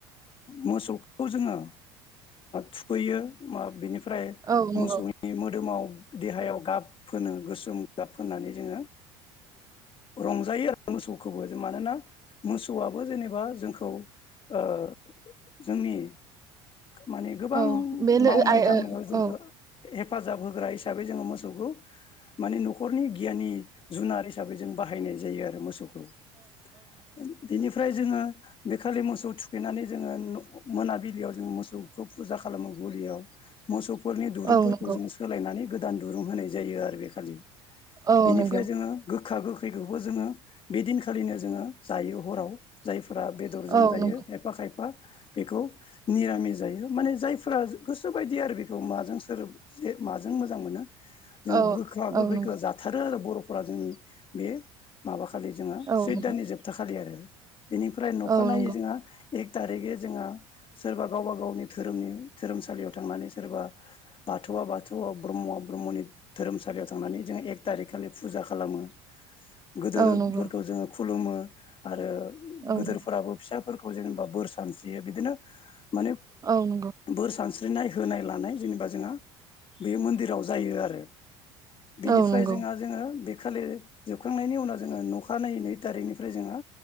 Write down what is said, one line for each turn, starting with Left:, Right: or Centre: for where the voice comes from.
Left: मोसौखौ जोंङो थुखैयो फ्राय
Right: औ नंगौ
Left: मोसौनि मोदोमाव देहायाव गाब फोनो गोसोम गाब फुननानै जों रं जायो मोसौखौ बो मानोना मोसौ आबो जेनेबा जोंखौ ओ जोंनि माने गोबां
Right: औ बे लो
Left: मावनाय
Right: आइ
Left: दांनायाव
Right: ओ
Left: जोंखौ
Right: औ
Left: हेफाजाब होग्रा हि हिसाबै जोंङो मोसौखौ माने न'खरनि गियाननि जुनार हिसाबै जों बाहायनाय जायो आरो मोसौखौ। औ बेनिफ्राय जोंङो बेखालि मोसौ थुखैनानै जोंङो न' मोनाबिलियाव जोंङो मोसौखौ फुजा खालामो गलियाव मोसौ फोरनि दुरुंफोरखौ
Right: औ नंगौ
Left: जों सोलायनानै गोदान दुरुं होनाय जायो आरो बे खालि।
Right: औ
Left: बेनिफ्राय
Right: नंगौ
Left: जोंङो गो खा गोखैखौबो जों बे दिनखालिनो जों हराव फोरा बेदरजों
Right: औ
Left: जायो
Right: नंगौ
Left: खायफा खायफा बेखौ निरामि जायो माने जायफ्रा गोसो बायदि आरो बेखौ माजों सोर जे माजों जां मोनो जों
Right: औ
Left: गोखा गोखैखौ
Right: औ नंगौ
Left: जाथारो बर' फोरा जोंनि बे माबा खालि जोंङो
Right: औ
Left: सोद
Right: नंगौ
Left: दाननि जोबथा खालि आरो। <unintelligible> बेनिफ्राय नखानायै
Right: औ नंगौ
Left: जोंङो एक थारिगै जोंहा सोरबा गावबा गावनि धोरोमनि धोरोमसालियाव थांनानै सोरबा बाथौआ बाथौआव ब्रह्म ब्रह्मनि धोरोमसालियाव थांनानै जोंङो एक थारिक खालि फुजा खालामो। गोदोरफोरखौ
Right: औ नंगौ
Left: जोंङो खु खुलुमो आरो।
Right: औ
Left: गोदोरफोराबो
Right: नंगौ
Left: फिसा फोरखौ जेनेबा बोर सानस्रियो बिदिनो माने
Right: औ नंगौ
Left: बोर सानस्रि नाय होनाय लानाय जेनेबा जोंहा बे मन्दिराव जायो आरो। बिनिफ्राय
Right: औ नंगौ औ नंगौ
Left: जोंहा जोंङो बे खालि जोबखांनायनि उनाव जोङो नखानायै नै थारिखनिफ्राय जोङो